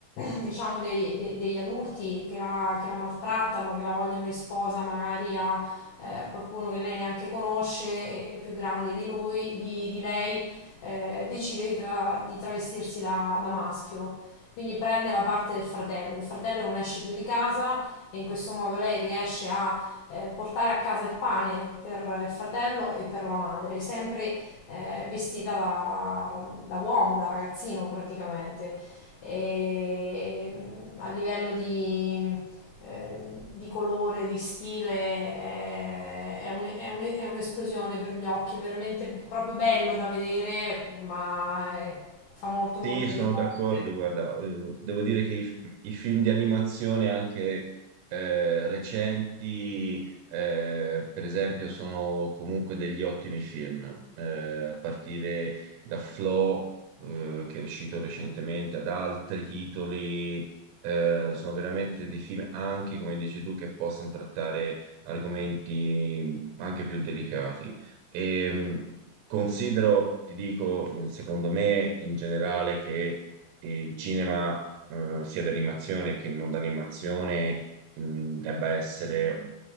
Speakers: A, on the left (about 70°); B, on the right (about 80°).
A: diciamo dei- de- degli adulti che la, che la maltrattano, che la vogliono in sposa magari a eh, qualcuno che lei neanche conosce, è più grande di lui, di, di lei, eh, decide di, tra- di travestirsi da, da maschio. Quindi prende la parte del fratello. Il fratello non esce più di casa e in questo modo lei riesce a eh, portare a casa il pane per il fratello e per la madre, sempre eh, vestita da, da uomo, da ragazzino praticamente e mm, a livello di, eh, di colore, di stile è, è un- è un- è un'esplosione per gli occhi, è veramente proprio bello da vedere, ma eh, fa molto
B: Sì,
A: molto
B: sono
A: riflettere.
B: d'accordo, guarda, eh, devo dire che i, i film di animazione anche eh, recenti, eh, per esempio, sono comunque degli ottimi film, eh, a partire da Flow, eh, che è uscito recentemente, ad altri titoli, eh, sono veramente dei film anche, come dici tu, che possono trattare argomenti anche più delicati. E, mh, considero, ti dico, mh, secondo me in generale che eh, il cinema, eh, sia d'animazione che non d'animazione, mh, debba essere